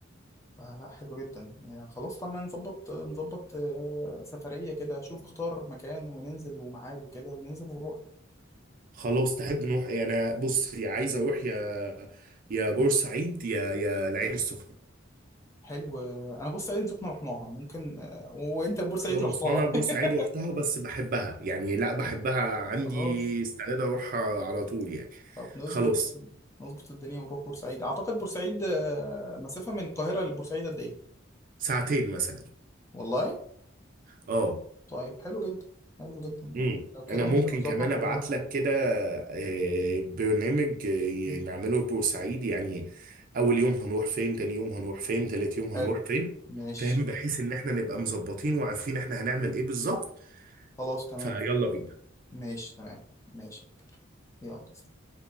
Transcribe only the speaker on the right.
خلاص تحب نروح إيه؟ أنا بص يا عايز أروح يا يا بورسعيد يا يا العين السخنة
خلاص
وانا بورسعيد
رحتها بس بحبها يعني لا بحبها عندي
استعداد اروحها على طول يعني
خلاص
ساعتين مثلا
اه
امم
انا
ممكن
كمان ابعت
لك كده آه، برنامج آه،
نعمله في بورسعيد يعني اول يوم هنروح فين تاني يوم هنروح فين تالت يوم هنروح
فين
فاهم بحيث ان احنا نبقى مظبطين وعارفين احنا هنعمل ايه بالظبط
فيلا بينا